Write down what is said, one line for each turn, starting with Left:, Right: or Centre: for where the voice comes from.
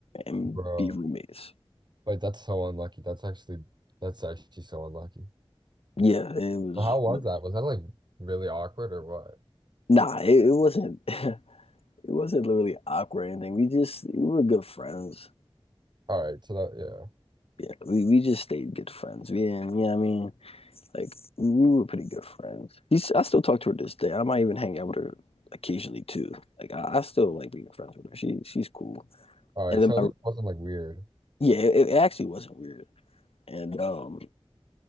Left: and
Right: bro.
Left: be roommates.
Right: Wait, that's so unlucky. That's actually that's actually so unlucky.
Left: Yeah, it was
Right: Well, How was
Left: really
Right: that? Was that like really awkward or what?
Left: nah. It, it wasn't. <laughs> it wasn't literally awkward or anything. We just we were good friends.
Right: All right, so that yeah.
Left: Yeah, we, we just stayed good friends. We didn't, you know what I mean? Like, we were pretty good friends. She's, I still talk to her this day. I might even hang out with her occasionally too. Like, I, I still like being friends with her. She She's cool.
Right: All right,
Left: And then
Right: so
Left: my,
Right: at least it wasn't like weird.
Left: yeah, it, it actually wasn't weird. And um,